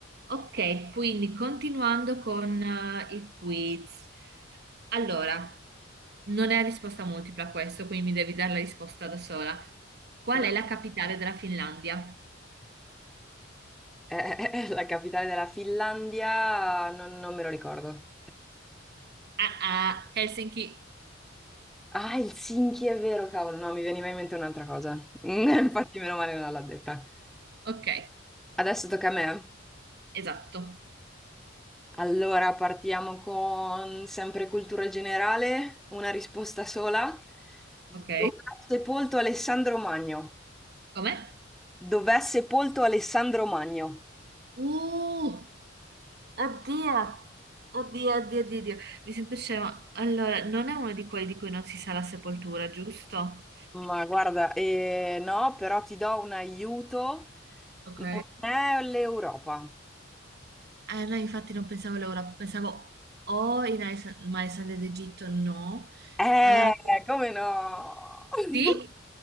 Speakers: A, on the right; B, in the centre.
A: Ok, quindi continuando con eh, i quiz. Allora, non è a risposta multipla questo, quindi mi devi dare la risposta da sola. Qual
B: Da-
A: è la
B: <laughs>
A: capitale della Finlandia?
B: è è- è la capitale della Finlandia, non, non me lo ricordo.
A: Ah, ah, Helsinki.
B: Ah, Helsinki, è vero, cavolo, no, mi veniva in mente un'altra cosa. <laughs> Infatti, meno male non l'ha detta.
A: Ok,
B: Adesso tocca a me.
A: esatto.
B: Allora, partiamo con sempre cultura generale, una risposta sola. Dov'è
A: Ok.
B: sepolto Alessandro Magno?
A: Com'è?
B: Dov'è sepolto Alessandro Magno?
A: Uh, oddio. Oddio, oddio, oddio, oddio. Mi sento scema. Allora, non è uno di quelli di cui non si sa la sepoltura, giusto?
B: Ma guarda, eh, no, però ti do un aiuto.
A: Ok.
B: Non è l'Europa.
A: Eh, no, infatti non pensavo all'Europa, pensavo o in Aless- ma Alessandria d'Egitto no.
B: Eh,
A: Eh,
B: come no? <laughs>
A: sì?